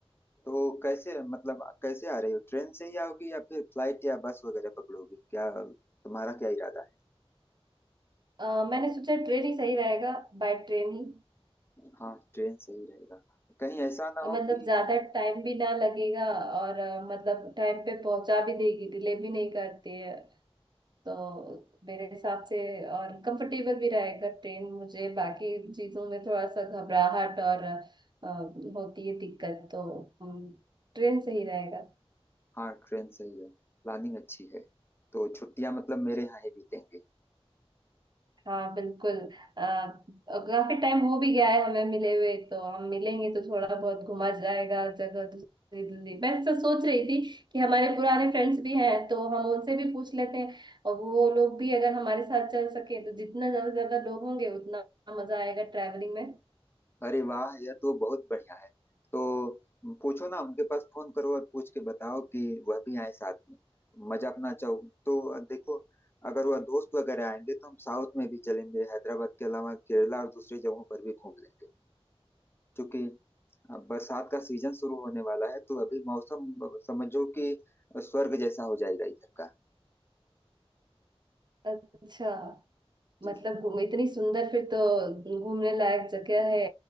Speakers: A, on the left; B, on the right.
A: तो कैसे मतलब कैसे आ रही हो ट्रेन से ही आओगी या फिर फ्लाइट या बस वगैरह पकड़ोगी क्या तुम्हारा क्या इरादा
B: अ, मैंने सोचा ट्रेन ही सही रहेगा बाय ट्रेन ही
A: है हाँ ट्रेन से ही रहेगा कहीं ऐसा ना
B: मतलब
A: हो कि
B: ज्यादा टाइम भी ना लगेगा और अ, मतलब टाइम पे पहुंचा भी देगी डिले भी नहीं करती है तो मेरे हिसाब से और कंफर्टेबल भी रहेगा ट्रेन मुझे बाकी चीजों में थोड़ा सा घबराहट और अ, होती है दिक्कत तो हम्म, ट्रेन सही रहेगा
A: हाँ ट्रेन से ही है प्लानिंग अच्छी है तो छुट्टियां मतलब मेरे यहाँ ही बीतेंगे
B: हाँ बिल्कुल अ, और काफी टाइम हो भी गया है हमें मिले हुए तो हम मिलेंगे तो थोड़ा बहुत घुमा जाएगा जगह दूसरी दूसरी मैं ऐसा सोच रही थी कि हमारे पुराने फ्रेंड्स भी हैं तो हम उनसे भी पूछ लेते हैं और वो लोग भी अगर हमारे साथ चल सके तो जितना ज्यादा से ज्यादा लोग होंगे उतना मजा आएगा ट्रैवलिंग में
A: अरे वाह यह तो बहुत बढ़िया है तो पूछो ना उनके पास फोन करो और पूछ के बताओ कि वह भी आए साथ में मजा अपना चाहो तो देखो अगर वह दोस्त वगैरह आएंगे तो हम साउथ में भी चलेंगे हैदराबाद के अलावा केरला और दूसरी जगहों पर भी घूम लेंगे चूंकि अब बरसात का सीजन शुरू होने वाला है तो अभी मौसम ब- समझो कि स्वर्ग जैसा हो जाएगा इधर का
B: अच्छा
A: जी
B: मतलब
A: जी
B: घूम इतनी सुंदर फिर तो घूमने लायक जगह है